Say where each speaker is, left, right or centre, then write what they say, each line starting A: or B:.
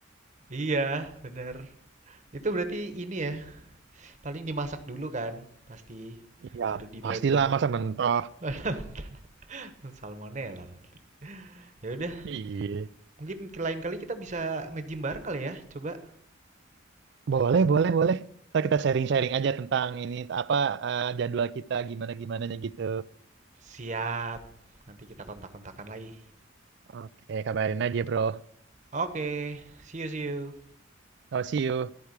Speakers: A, on the right (about 35°); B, on the right (about 55°).
A: Iya, benar. Itu berarti ini ya, paling dimasak dulu kan, pasti
B: Iya,
A: baru di
B: pastilah
A: blender.
B: masa mentah.
A: <laughs> Waduh, bentar. Salmonella nanti. Ya udah,
B: Iya.
A: mungkin ke lain kali kita bisa nge-gym bareng kali ya. Coba.
B: Boleh, boleh, boleh. Ntar kita sharing-sharing aja tentang ini apa eh, jadwal kita gimana-gimananya gitu.
A: Siap. Nanti kita kontak-kontakan lagi.
B: Oke, kabarin aja, bro.
A: Oke, see you see you.
B: Oh, see you.